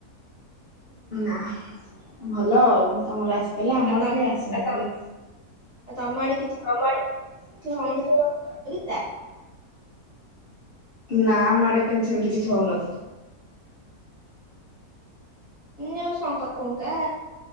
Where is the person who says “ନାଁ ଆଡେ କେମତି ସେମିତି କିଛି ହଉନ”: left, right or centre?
Left